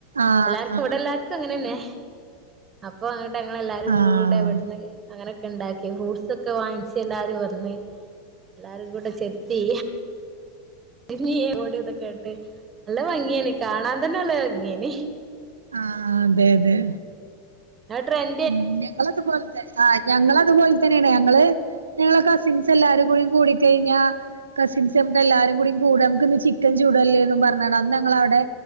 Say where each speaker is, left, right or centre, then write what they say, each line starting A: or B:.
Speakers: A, on the right; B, on the right.
A: ആഹ്
B: എല്ലാർക്കും
A: ആഹ്
B: ഇവിടെ എല്ലാർക്കും അങ്ങനെന്നെ അപ്പൊ അങ്ങട്ട് അങ്ങൾ എല്ലാരും
A: ആഹ്
B: കൂടെ ഇവട്ന്ന് അങ്ങനെയൊക്കെ ഉണ്ടാക്കി ഫ്രൂട്ട്സ് ഒക്കെ വാങ്ങിച്ച് എല്ലാരും വെ ഒന്ന് എല്ലാരും കൂടെ ചെത്തി നീ <inaudible> ഇതൊ കേട്ട് നല്ല ഭംഗിയാണ് കാണാൻ തന്നെ നല്ല ഭംഗിയാണ്ട്
A: ആഹ് അതെ അതെ
B: അഅ് ട്രെൻ
A: ഉം ഞങ്ങളതു പോൽത്തെ ആ ഞങ്ങള അതുപോലെ തന്നെയാണ് ഞങ്ങള് ഞങ്ങളെ കസിൻസ് എല്ലാരും കൂടി കൂടി കഴിഞ്ഞാ കസിൻസ് നമുക്ക് എല്ലാരും കൂടി കൂടാ നമുക്ക് ഇന്ന് ചിക്കൻ ചുട് അല്ലേന്ന് പറഞ്ഞാണ്ട് അന്ന് ഞങ്ങൾ അവിടെ